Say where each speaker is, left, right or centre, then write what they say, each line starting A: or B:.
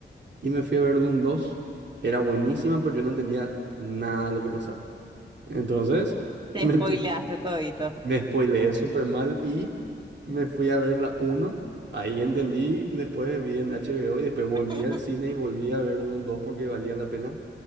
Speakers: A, on the right; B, on the right.
A: Y me fui a ver Doom 2, era buenísima, pero yo no entendía nada de lo que pasaba. Entonces,
B: Y
A: <laughs>
B: Te
A: me
B: spoileaste
A: tu-
B: todito.
A: me spoileé súper mal y me fui a ver la 1. Ahí entendí, después vi en HBO y después volví
B: <laughs>
A: al cine y volví a ver Doom dos porque valía la pena.